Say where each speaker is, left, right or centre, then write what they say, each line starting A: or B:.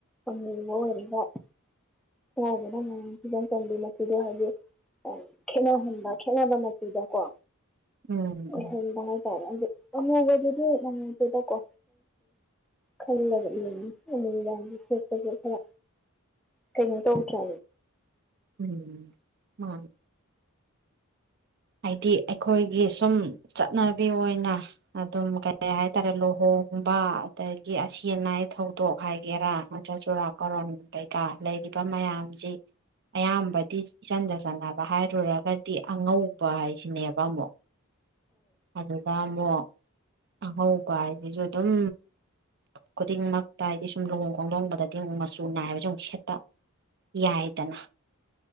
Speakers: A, in the centre; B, on the right.
A: ꯑꯃꯨꯕ ꯑꯣꯏꯔꯒ ꯍꯥꯎꯕꯅ ꯃ ꯐꯤꯖꯪ ꯆꯪꯕꯤ ꯃꯆꯨꯗꯣ ꯍꯥꯏꯗꯤ ꯈꯦꯅꯍꯟꯕ ꯈꯦꯠꯅꯕ ꯃꯆꯨꯗꯀꯣ
B: ꯎꯝ
A: ꯑꯣꯏꯍꯟꯕ
B: ꯎꯝ
A: ꯑꯗꯨ ꯑꯃꯨꯕꯗꯨꯗꯤ ꯉꯥꯏꯗꯦꯗꯀꯣ ꯈꯜꯂꯒ ꯌꯦꯅꯤ ꯅꯨꯗꯥꯡꯗ ꯁꯦꯠꯄꯒꯤ ꯈꯔ ꯀꯩꯅꯣ ꯇꯧꯗ꯭ꯔ
B: ꯎꯝ ꯃꯥ ꯍꯥꯏꯗꯤ ꯑꯩꯈꯣꯏꯒꯤ ꯁꯨꯝ ꯆꯠꯅꯕꯤ ꯑꯣꯏꯅ ꯑꯗꯨꯝ ꯀꯩ ꯍꯥꯏꯇꯥꯔꯦ ꯂꯨꯍꯣꯡꯒꯨꯝꯕ ꯑꯗꯒꯤ ꯑꯁꯤ ꯑꯅꯥꯏ ꯊꯧꯗꯣꯛ ꯍꯥꯏꯒꯦꯔꯥ ꯅꯠꯇ꯭ꯔ ꯆꯨꯔꯥꯀꯣꯔꯣꯟ ꯀꯩꯀꯥ ꯂꯩꯔꯤꯕ ꯃꯌꯥꯝꯁꯤ ꯑꯌꯥꯝꯕꯗꯤ ꯏꯆꯟꯗ ꯆꯟꯅꯅꯕ ꯍꯥꯏꯔꯨꯔꯒꯗꯤ ꯑꯉꯧ ꯄꯥ ꯍꯥꯏ ꯁꯤꯅꯦꯕ ꯑꯃꯨꯛ ꯑꯗꯨ ꯑꯃꯣ ꯑꯉꯧꯕ ꯍꯥꯏꯁꯤꯁꯨ ꯑꯗꯨꯝ ꯈꯨꯗꯤꯡꯃꯛꯇ ꯍꯥꯏꯗꯤ ꯁꯨꯝ ꯂꯨꯍꯣꯡ ꯈꯣꯡꯗꯣꯡꯕꯗꯗꯤ ꯑꯃꯨꯛ ꯃꯆꯨ ꯅꯥꯏꯕꯁꯨ ꯑꯃꯨꯛ ꯁꯦꯠꯄ ꯌꯥꯏꯗꯅ